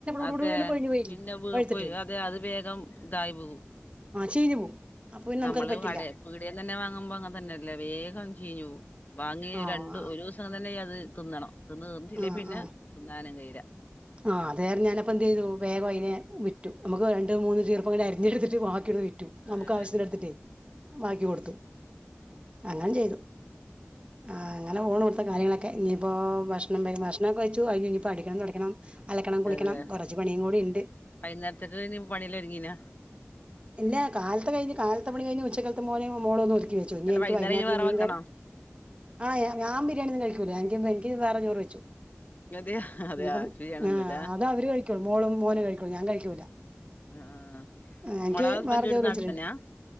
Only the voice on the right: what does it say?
ഇവിടെ ഇവിടെന്ന് കൊഴിഞ്ഞു പോയില്ലേ
പഴുത്തിട്ട്
ആഹ ചീഞ്ഞു പോവും അപ്പൊ പിന്നെ
നമുക്കത് പറ്റില്ല
ആ ആ
ആ
ആ അത് കാരണം ഞാനപ്പൊ എന്ത് ചെയ്തു വേഗം അതിനെ വിറ്റു. നമുക്ക് രണ്ട് മൂന്ന് ചീർപ്പങ്ങന അരിഞ്ഞെടുത്തി ടക്കിയോന്ന് വിറ്റു നമു
ആവശ്യന് എടുത്തിട്ടേ ബാക്കി കൊടുത്തു. അങ്ങനെ ചെയ്തു, ആ അങ്ങനെ ഫോണ് കൊടുത്ത കാര്യങ്ങളൊക്കെ ഇനിയിപ്പോ ഭക്ഷണം ഭക്ഷണം ഒക്കെ കഴിച്ചു കഴിഞ്ഞു ഇപ്പോ അടിക്കണം തുടക്കണം അലക്കണം കുളിക്കണം
കുറച്ചു പണിയും കൂടി ഉണ്ട്.
ഇല്ല കാലത്ത് കഴിഞ്, കാലത്തെ പണി കഴിഞ് ഉച്ചക്കത്തെ മോനും മോളൊന്നും ച്ചു. ഇനി
എനിക്ക്
വൈന്നാരത്തിന്
മീൻകറി
ആ ഞാൻ ബിരിയാണി ഒന്നും കഴിക്കുല. എനിക്ക് വേറെ ചോറ് വെച്ചു,
ഇനിപ്പം
അത അവര് ക മോളും മോനും കഴിക്കുള്ളൂ, ഞാൻ കഴിക്കൂല.
ആ, എനിക്ക്
വേറെ
ചോറ്
വെച്ചിട്ടുണ്ട്